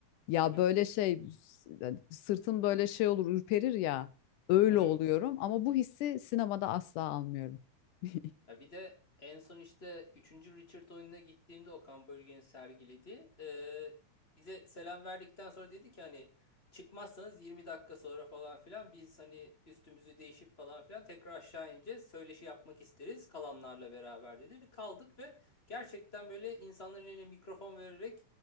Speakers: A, on the left; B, on the left.
A: Ya
B: Hı hı.
A: böyle şey s- yani sırtım böyle şey olur ürperir ya. Öyle
B: Hı hı.
A: oluyorum ama bu hissi sinemada asla almıyorum. <laughs>
B: Ya bir de en son işte üçüncü Richard oyununa gittiğimde Okan Bölge'nin sergilediği e, bize selam verdikten sonra dedi ki hani çıkmazsanız 20 dakika sonra falan filan biz hani üstümüzü değişip falan filan tekrar aşağı ineceğiz. Söyleşi yapmak isteriz kalanlarla beraber dedi. Bir kaldık ve gerçekten böyle insanların eline mikrofon vererek